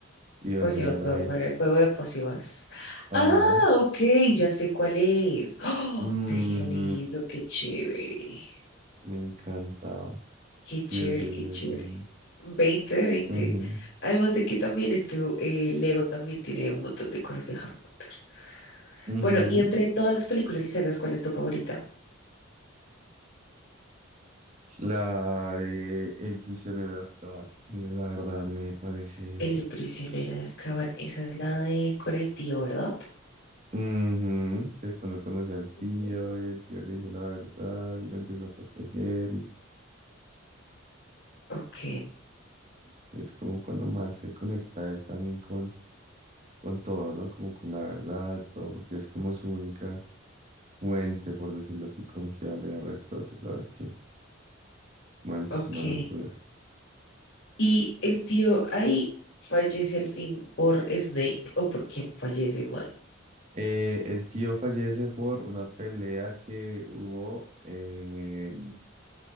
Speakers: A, on the right; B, on the left.
A: y vas
B: Pócimas,
A: a ver
B: voy
A: ahí,
B: a poner juego de pócimas.
A: ajá,
B: Ah, ok, ya sé cuál es. ¡Oh!
A: ujú,
B: Te dieron eso, qué chévere.
A: me encantaba,
B: Qué chévere,
A: 10 de
B: qué
A: 10,
B: chévere.
A: divino,
B: veinte de veinte
A: ujú,
B: Además de que también esto, eh, Lego también tiene un montón de cosas de Harry Potter.
A: ujú,
B: Bueno, y entre todas las películas y sagas, ¿cuál es tu favorita?
A: la de El prisionero de Azkaban, la verdad me parece,
B: El prisionero de Azkaban, esa es la de con el tío, ¿verdad?
A: ujú, es cuando conoce al
B: Ujú.
A: tío, y el tío le hizo la verdad, y lo empieza a proteger,
B: Ok,
A: Es como cuando más se conecta él también con, con todo, ¿no? Como con la verdad, todo, porque es como su única fuente, por decirlo así, confiable de resto. Tú sabes que, bueno, eso
B: ok.
A: es una locura.
B: ¿Y el tío ahí fallece al fin por Snape o por quién fallece el mal?
A: Eh, el tío fallece por una pelea que hubo, eh,